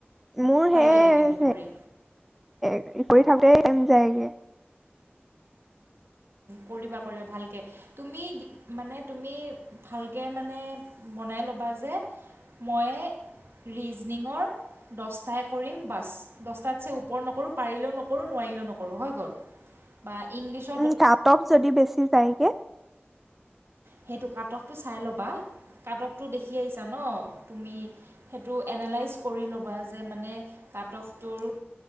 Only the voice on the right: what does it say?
ভাল লাগে কিন্তু
কৰি।
কৰিবা কৰিবা ভালকে তুমি মানে তুমি ভালকে মানে বনাই ল'বা যে মই ৰিজনিঙৰ দশটাই কৰিম বাছ দশটাতছে ওপৰ নকৰোঁ পাৰিলেও নকৰোঁ নোৱাৰিলেও নকৰোঁ হৈ গ'ল বা ইংলিছ।
সেইটো কাট অফটো চাই ল'বা কাট অফটো দেখি আহিছা ন তুমি সেইটো এনালাইজ কৰি ল'বা যে মানে কাট অফটোৰ